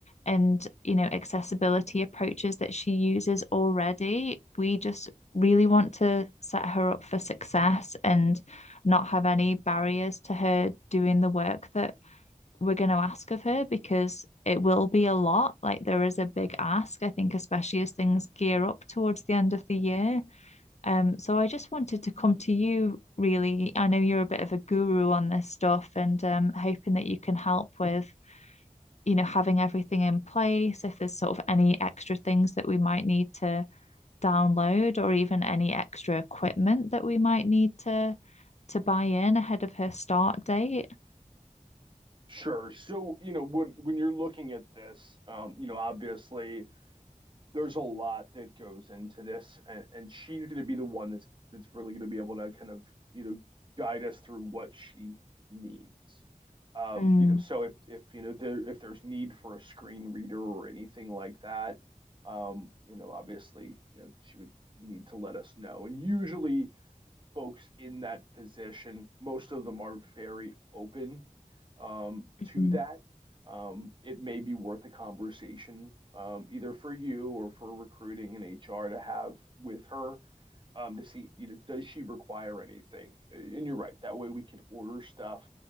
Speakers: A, on the left; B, on the right.
A: and you know accessibility approaches that she uses already. We just really want to set her up for success and not have any barriers to her doing the work that we're going to ask of her because it will be a lot. Like there is a big ask, I think, especially as things gear up towards the end of the year. Um, so I just wanted to come to you, really. I know you're a bit of a guru on this stuff and um, hoping that you can help with, you know, having everything in place, if there's sort of any extra things that we might need to download or even any extra equipment that we might need to to buy in ahead of her start date.
B: Sure. So, you know, when when you're looking at this, um, you know, obviously there's a lot that goes into this, and, and she's going to be the one that's that's really going to be able to kind of you know guide us through what she needs. Um,
A: Mm,
B: you know, so if if you know there if there's need for a screen reader or anything like that, um, you know, obviously, you know, she would need to let us know. And usually, folks in that position, most of them are very open um,
A: mhm.
B: to that, um, it may be worth a conversation um, either for you or for recruiting and HR to have with her um, to see, you know, does she require anything? And you're right. That way we can order stuff